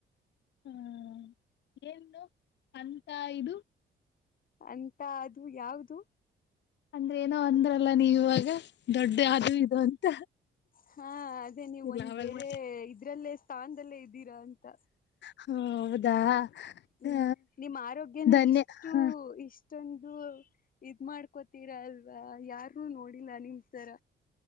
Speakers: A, on the left; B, on the left.
A: ಹ್ಮ ಏನು ಅಂತ ಇದು
B: ಅಂತ ಅದು ಯಾವವುದು
A: ಅಂದ್ರೆ ಏನೋ ಅಂದ್ರಲ್ಲ ನೀವ ಇವಾಗ ದೊಡ್ಡ ಆದದು ಇದು ಅಂತ
B: ಹಾ ಅದೇ ನೀವ
A: ಇಲ್ಲ
B: ಒಂದ್
A: ಅವೆಲ್ಲ
B: ಬೇರೆ ಇದ್ರಲ್ಲೇ ಸ್ಥಾನದಲ್ಲೇ ಇದ್ದೀರಾ ಅಂತ
A: ಹಾ ಹೌದಾ
B: ಹ್ಮ್
A: ಹ
B: ನಿಮ್ಮ್ ಆರೋಗ್ಯನ
A: ಧನ್ಯ
B: ಇಷ್ಟು
A: ಹ
B: ಇಷ್ಟೊಂದು ಇದ್ ಮಾಡ್ ಕೋತೀರ ಅಲ್ವಾ ಯಾರೂ ನೋಡಿಲ್ಲ ನಿಮ ತರ